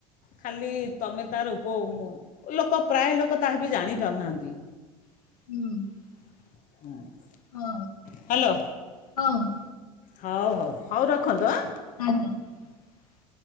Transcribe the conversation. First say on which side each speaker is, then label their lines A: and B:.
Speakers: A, on the left (about 45°); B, on the left (about 75°).
A: ଖାଲି ତମେ ତାର ଉପ ଲୋକ ପ୍ରାୟ ଲୋକ ତାହାବି ଜାଣିପାରୁ ନାହାଁନ୍ତି।
B: <inaudible>
A: <inaudible>
B: ଅ
A: ହ୍ୟାଲୋ
B: ହୋଉ
A: ହଉ ହଉ ହଉ ରଖନ୍ତୁ ଆଁ।
B: <inaudible>